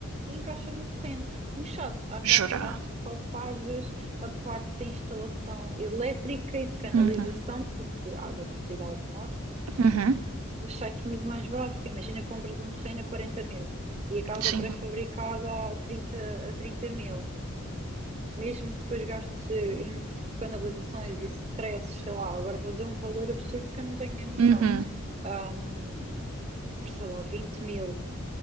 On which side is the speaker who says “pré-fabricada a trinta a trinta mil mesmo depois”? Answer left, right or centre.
Right